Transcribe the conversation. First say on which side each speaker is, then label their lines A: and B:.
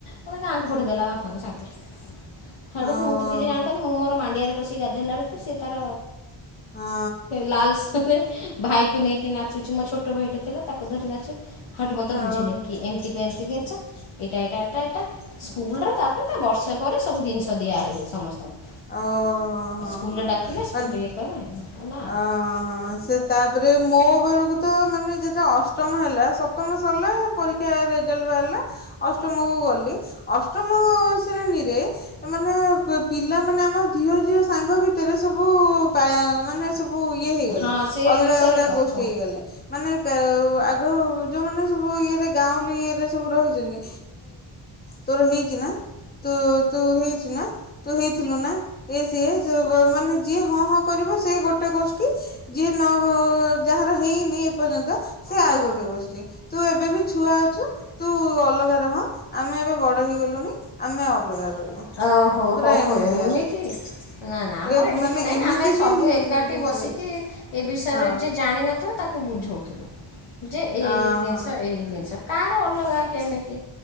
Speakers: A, on the left (about 80°); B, on the left (about 20°).
A: ମୋତେ ଆଗକୁ ପଠି ଦେେଲା ବାପାଙ୍କୁ ସାଙ୍ଗରେ ହାଡୁ
B: ଓହୋ
A: ମୁଁ ତ କିଛି ଜାଣିପାରୁି ମୁଁୋର ମାଣ୍ଡିଆରେ ପ ସେ ଗାଧୋଇଲା ବେଳକୁ ସ ସେ ତାର
B: ହଁ
A: ଲାଲସନେ ଭାଇ କ ନେଇକି ନାଚୁଛି ମୋ ଛୋଟ ଭାଇଟେ ଥିଲା ତାକୁ ଧରି ନାଚୁ ହାଠୁ ମତେ
B: ହଁ
A: ବୁଝିଲେ
B: ହଁ ହଉ
A: କି ଏମିତି କ ଏମିତି ଜିନିଷ ଏଇଟା ଏଇଟା ଏଇଟା ଏଇଟା ସ୍କୁଲରେ ତାପରେ ତା ବର୍ଷା ପରେ ସବୁ ଜିନିଷ ଦିଆ ହୁଏ ସମସ୍ତଙ୍କୁ।
B: ଓହୋ
A: ସ୍କୁଲରେ
B: ହୋ
A: ଡାକିଲେ ସ୍କୁଲରେ
B: ହୋ
A: ଇଏ କରେ ନା
B: ଅ ସେ ତାପରେ ମୋ ବେଳକୁ ତ ମାନେ ଯେତେ ଅଷ୍ଟ ମ ହେଲା ସପ୍ତମ ସରିଲା ପରୀକ୍ଷା ରେଜଲ୍ଟ ବାହାରିଲା ଅଷ୍ଟମ କୁ ଗଲି ଅଷ୍ଟମ ଶ୍ରେଣୀ ରେ ମାନେ ପି ପିଲା ମାନେ ଆମ ଝିଅ ଝିଅ ସାଙ୍ଗ ଭିତରେ ସବୁ ମାନେ ସବୁ ଇଏ ହେଇଗଲେ
A: ହଁ ସେ
B: ଅଲଗା
A: ବିଷୟରେ
B: ଅଲଗା
A: ଗପ
B: ଗୋଷ୍ଠୀ ହେଇଗଲେ ମାନେ କ ଆଗ ଯେଉଁମାନେ ସବୁ ଇଏରେ ଗାଁଉଲି ଇଏରେ ସବୁ ରହିଛନ୍ତି ତୋର ହେଇଛି ନା ତ ତୁ ହେଇଚୁ ନା। ତୁ ହେଇଥିଲୁ ନା ଇ ସିଏ ମାନେ ଯିଏ ହଁ ହଁ। କରିବ ସେ ଗୋଟେ ଗୋସ୍ କି ଯିଏ ନ ଯାହାର ହେଇନି ଏ ପର୍ଯ୍ୟନ୍ତ ସେ ଆଉ ଗୋଟେ ଗୋଷ୍ଠୀ। ତୁ ଏବେ ବି ଛୁଆ ଅଛୁ ତୁ ଅଲଗା ରହ ଆମେ ଏବେ ବଡ଼ ହେଇଗଲୁଣିି ଆମେ ଅ ଅଲଗା।
A: ଓହୋ।
B: ରହିବୁ
A: ହ
B: ପୁରା
A: ହୋ ହଉ
B: ଏମିତିଆ
A: ଏମିତି ନା ନା ଆମର
B: ଏ
A: ଏମିତି
B: ମାନେ
A: ନାହିଁ ଆମେ
B: ବି
A: ସବୁ ଏକାଠି
B: ଜିନିଷ
A: ବସିକି
B: ହେଇଛି
A: ଏ ବିଷୟରେ
B: ହଁ
A: ଯିଏ ଜାଣିନଥିବ ତାକୁ ବୁଝଉଥିଲୁ। ଯେ
B: ହଁ
A: ଏଇ ଜିନିଷ ଏଇ ଜିନିଷ। କାହାର ଅଲଗା କେମିତି।